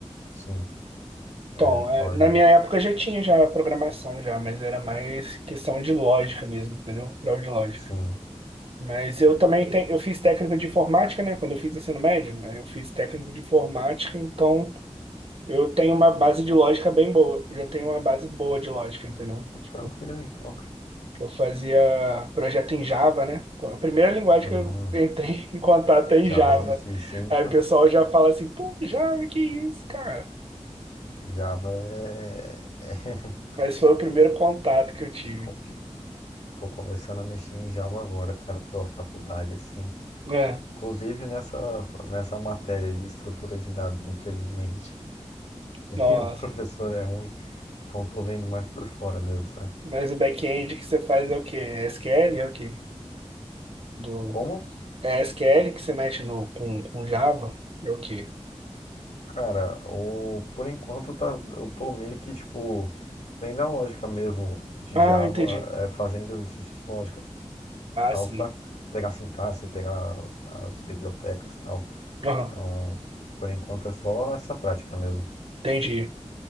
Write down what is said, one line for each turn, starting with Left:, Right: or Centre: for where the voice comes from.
Left: Sim,
Right: Então,
Left: é Power
Right: é, na
Left: BI.
Right: minha época já tinha já programação já, mas era mais questão de lógica mesmo, entendeu? Prova de lógica.
Left: Sim,
Right: Mas eu também tenho, eu fiz técnico de informática, né? Quando eu fiz ensino médio, né? Eu fiz técnico de informática, então eu tenho uma base de lógica bem boa. Eu já tenho uma base boa de lógica, entendeu?
Left: Ah,
Right: Tipo,
Left: Tranquilo então, cara.
Right: eu fazia projeto em Java, né? A primeira linguagem
Left: Hum,
Right: que eu entrei <laughs> em contato é em
Left: Java
Right: Java.
Left: é difícil, hein?
Right: Aí o pessoal já fala assim, pô, Java, que isso, cara?
Left: Java é... <laughs>
Right: Mas foi o primeiro contato que eu tive.
Left: é complicado. Tô começando a mexer em Java agora, cara, pela faculdade, assim.
Right: É,
Left: Inclusive nessa, nessa matéria de estrutura de dados, infelizmente. <laughs>
Right: nossa.
Left: o professor é ruim, então tô vendo mais por fora mesmo, sabe?
Right: Mas o back-end que você faz é o quê? É SQL? É o quê? Do...
Left: Como?
Right: É SQL que você mexe no, com, com Java? É o quê?
Left: Cara, o... por enquanto tá... eu tô meio que, tipo, vendo a lógica mesmo de
Right: Ah,
Left: Java,
Right: entendi.
Left: é, fazendo exercícios de lógica.
Right: Ah,
Left: tal,
Right: sim.
Left: para pegar a sintaxe, pegar as, as bibliotecas e tal.
Right: Aham,
Left: Então, por enquanto é só essa prática mesmo.
Right: entendi.